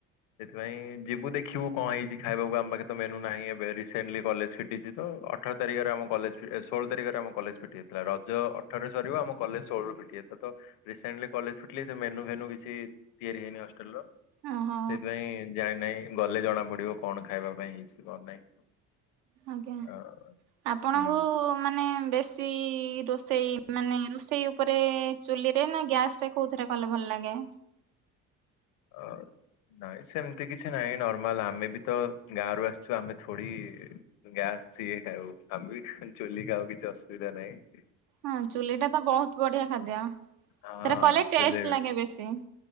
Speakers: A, on the left; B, on the right.
A: ସେଥିପାଇଁ ଯିବୁ ଦେଖିବୁ କଣ ହେଇଚି ଖାଇବାକୁ ଆମ ପାଖେ ତ ମେନୁ ନାହିଁ ଏବେ ରେସେଣ୍ଟଲି କଲେଜ୍ ଫିଟିଚି। ତ ଅଠର ତାରିଖରେ ଆମ କଲେଜ୍ ଫିଟେ ଷୋଳ ତାରିଖରେ ଆମ କଲେଜ୍ ଫି ଟି ଥିଲା ରଜ ଅଠରରେ ସରିବ ଆମ କଲେଜ ଷୋଳରୁ ପିଟି ଯାଇଥିଲା ତ ରସେଣ୍ଟଲି କଲେଜ ଫିଟିଲ ମେନୁ ଫେନୁ କିଛି ତିଆରି ହେଇନି ହଷ୍ଟେଲର। ସେଇଥିପାଇଁ
B: ଓହୋ
A: ଜାଣିନାହିଁ ଗଲେ ଜଣା ପଡିବ କଣ ଖାଇବା ପାଇଁ ହେଇଚି କଣ ନାହିଁ।
B: ଆଜ୍ଞା
A: ଅ
B: ଆପଣଙ୍କୁ
A: ହୁଁ।
B: ମାନେ ବେ ଶୀ ରୋଷେଇ ମାନେ ରୋଷେଇ ଉପରେ ଚୁଲିରେ ନା ଗ୍ୟାସରେ କୋଉଥିରେ କଲେ ଭଲ ଲାଗେ?
A: ଆଉ ନାଇଁ ସେମିତି କିଛି ନାହିଁ ନର୍ମାଲ ଆମେ ବି ତ ଗାଁରୁ ଆସିଚୁ ଆମେ ଥୋଡି ଗ୍ୟାସ ସିଏ ଖାଉ ଆମେ ବି ଚୁଲି ଖାଉ କିଛି ଅସୁବିଧା ନାହିଁ।
B: ହଁ ଚୁଲିଟା ତ ବୋହୁତ ବଢିଆ ଖାଦ୍ୟ ସେଥେରେ
A: ଆ, ହଁ
B: କଲେ
A: ଚୁଲି
B: ଟେଷ୍ଟ ଲାଗେ ବେଶୀ।